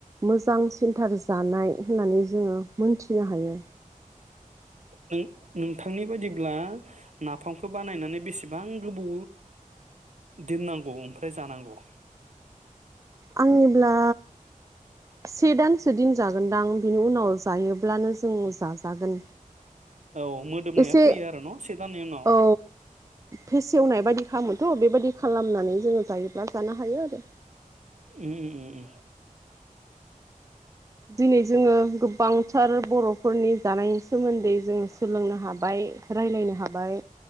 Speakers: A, on the right; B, on the right.
A: मोजां सिन्थार जानाय होननानै जोङो मोनथिनो हायो।
B: नों नोंथांनि बायदिब्ला नाफामखौ बानायनानै बेसेबां गोबौ दोननांगौ ओमफ्राय जानांगौ?
A: आंनिब्ला से दानसो दिन जागोनदां बिनि उनाव जायोब्लानो जों जाजागोन
B: औ मोदोमनाया
A: एसे
B: फैयो आरो न' से दाननि उनाव
A: औ फेसेवनायबायदि खालामोथ बायदि खालामनानै जो जायोब्ला जानो हायो आरो
B: उम उम उम
A: दिनै जोङो बांथार बर' फोरनि जानायनि सोमोन्दै जोङो सोलोंनो हाबाय राय्लायनो हाबाय